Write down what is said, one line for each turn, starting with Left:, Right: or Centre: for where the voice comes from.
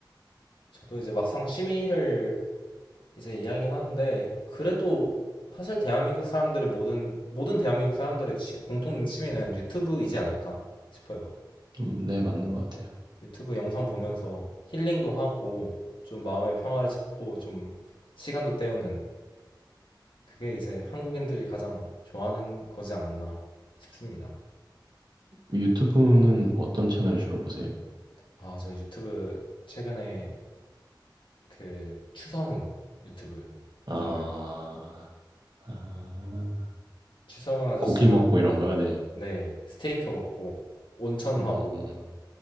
Left: 저도 이제 막상 취미를 이제 이야기하는데 그래도 사실 대한민국 사람들의 모든 모든 대한민국 사람들의 취- 공통된 취미는 유튜브이지 않을까 싶어요.
Right: 음, 네, 맞는 것 같아요.
Left: 유튜브 영상 보면서 힐링도 하고 좀 마음의 평화를 찾고 좀 시간도 때우는 그게 이제 한국인들이 가장 좋아하는 거지 않나 싶습니다.
Right: 유튜브는 뭐 어떤 채널 주로 보세요?
Left: 아, 저 유튜브 최근에 그 추성훈 유튜브
Right: 아,
Left: 보셨나요?
Right: 아,
Left: 추성훈 아저씨가
Right: 고기 먹고 이런 거요 네.
Left: 네, 스테이크 먹고 온천하고
Right: 음,